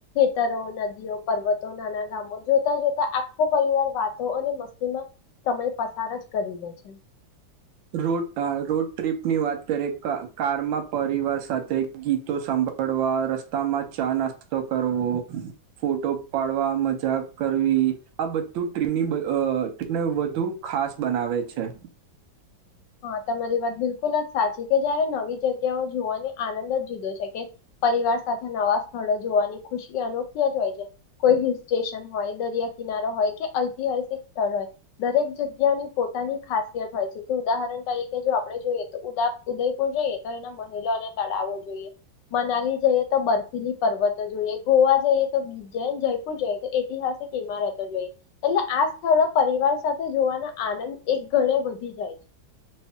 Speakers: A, on the left; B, on the right.
A: તરો નદીઓ પર્વતો નાના ગામો જોતા જોતા આખો પરિવાર વાતો અને મસ્તીમાં સમય પસાર જ કરી દે છે.
B: રો રોડ ટ્રીપની વાત કરીએ કા કારમાં પરિવાર સાથે ગીતો સાંભળવા રસ્તામાં ચા નાસ્તો કરવો ફોટો પાડવા મજા કરવી આ બધું ટ્રની અ ટ્રીનીને વધુ ખાસ બનાવે છે.
A: હા તમારી વાત બિલકુલ જ સાચી કે જયારે નવી જગ્યાઓ જોવાને આનંદ જ જુદો છે કે પરિવાર સાથે નવા સ્થળો જોવાની ખુશી અનોખી જ હોય છે કોઈ હિલ સ્ટેશન હોય દરિયા કિનારો હોય કે ઐતિહાસિક સ્થળ હોય દરેક જગ્યાની પોતાની ખાસિયત હોય છે. કે ઉદાહરણ તરીકે જો આપણે જોઈએ તો ઉદા ઉદયપુર જઈએ તો એના મહેલો અને તળાવો જોઈએ મનાલી જઈએ તો બર્ફીલી પર્વતો જોઈએ ગોવા જઈએ તો બીચ જઈ જયપુર જઈએ તો ઐતિહાસિક ઈમારતો જોઈએ એટલે આ સ્થળો પરિવાર સાથે જોવાનો આનંદ એક ગણે વધી જાય છે.